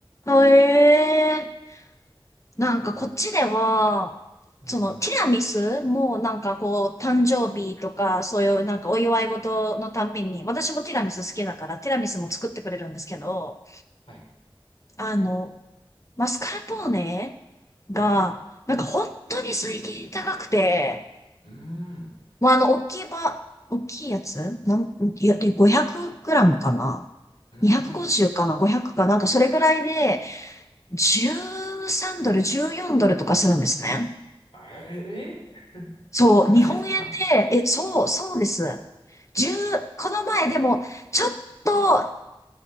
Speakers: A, on the left; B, on the left.
A: へえ。なんかこっちでは、
B: そう。うん。
A: そのティラミスもなんかこう誕生日とかそういうなんかお祝い事のたんびに、
B: うん
A: 私もティラミス好きだからティラミスも作ってくれるんですけど、
B: はい。
A: あの、マスカルポーネがなんか本当に最近高くて、
B: はい。うーん。
A: もうあの大きいば、大きいやつなん、いや、で、500グラムかな
B: うーん。
A: ?250 かな ?500 かなんかそれぐらいで13ドル、14ドルとかするんですね。
B: あえ、え <laughs>
A: そう、
B: マジですか
A: 日本円で、え、そう、そうです。1この前でも、ちょっと、